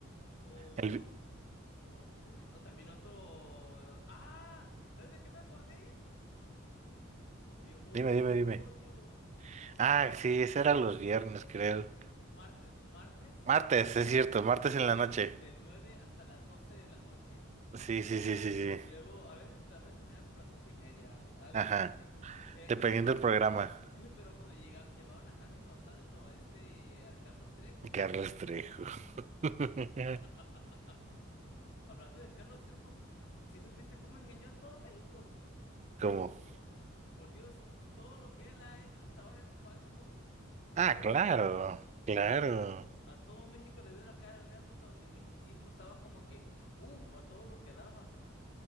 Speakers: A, on the left; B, on the right.
A: O,
B: El vi-
A: o, ¿qué se llama? O también otro... ¡Ah! ¿Sabes de qué me acordé? De otro
B: dime, dime,
A: rollo.
B: dime. Ah, sí, ese era los viernes, creo.
A: Martes, martes,
B: Martes, es cierto, martes
A: martes
B: en la noche.
A: de 9 hasta las 12 de la noche.
B: Sí,
A: No,
B: sí, sí, sí, sí.
A: y luego a veces, a veces terminaba como las once y media, algo
B: Ajá.
A: así, no sé. Eh,
B: Dependiendo
A: pero,
B: del programa.
A: <laughs> pero cuando llega, llevaban a Jaime Mausano, a este, a Carlos Trejo.
B: Carlos Trejo. <laughs>
A: <laughs> Hablando de Carlos Trejo, ¿sí supiste cómo engañó a todo México?
B: ¿Cómo?
A: Por Dios, todo lo que él ha hecho hasta ahora es falso.
B: Ah,
A: Todo.
B: claro, claro.
A: A todo México le veo la cara en una época donde el misticismo estaba como que, uff, a todo lo que daba.